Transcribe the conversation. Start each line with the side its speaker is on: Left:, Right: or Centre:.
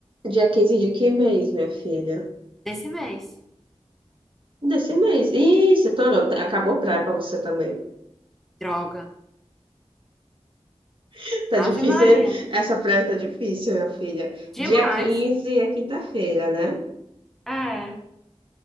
Right: Dia 15 de que mês, minha filha?
Centre: Desse mês.
Right: Desse mês. Isso, tô, acabou praia pra você também.
Centre: Droga.
Right: <laughs> Tá
Centre: Ave
Right: difícil,
Centre: Maria.
Right: hein? essa praia tá difícil, minha filha.
Centre: Demais.
Right: Dia 15 é quinta-feira, né?
Centre: É.